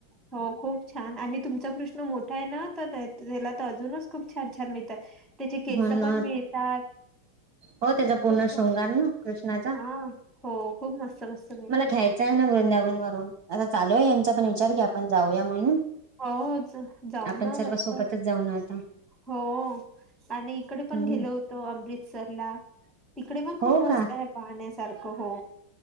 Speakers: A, in the centre; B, on the right.
A: हो खूप छान आणि तुमचा कृष्ण मोठा आहे ना तर त्याला तर अजूनच खूप छान छान मिळतातं, त्याचे केस
B: हो ना
A: पण मिळतात.
B: हो त्याचा
A: खूप
B: पूर्ण
A: छान
B: शृंगार ना कृष्ण
A: छान
B: चा,
A: हा हो खूप मस्त मस्त मिळतात.
B: मला घ्यायचा आहे ना वृंदावन वरून. आता चालू आहे यांचा पण विचार की आपण जाऊया म्हणून.
A: होच जाऊ
B: आपण
A: ना
B: सर्व
A: मस्त.
B: सोबतच जाऊ ना आता
A: हो आणि इकड
B: हम्म
A: पण गेलो होतो आम्रीतसरला तिकडे पण खूप
B: हो
A: मस्त
B: का
A: आहे पाहण्यासारखं हो